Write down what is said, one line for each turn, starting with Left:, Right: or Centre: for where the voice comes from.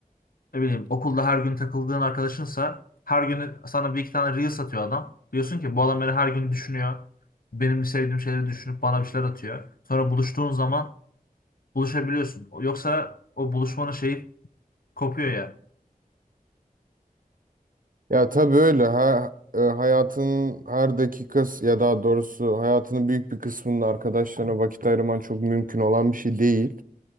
Left: Ne bileyim okulda her gün takıldığın arkadaşınsa her gün sana bir iki tane Reels atıyor adam. Diyorsun ki bu adam beni her gün düşünüyor. Benim sevdiğim şeyleri düşünüp bana bir şeyler atıyor. Sonra buluştuğun zaman buluşabiliyorsun. Yoksa o buluşmanın şeyi kopuyor yani.
Right: Ya tabii öyle. Ha, e, hayatının her dakikası ya daha doğrusu hayatının büyük bir kısmının arkadaşlarına vakit ayırman çok mümkün olan bir şey değil.